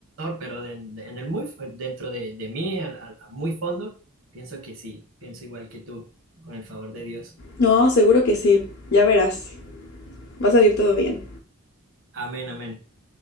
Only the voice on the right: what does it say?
pero de- de- en el muy, fu- dentro de, de mí, al, al- a muy fondo, pienso que sí, pienso igual que tú, con el favor de Dios.
Amén, amén.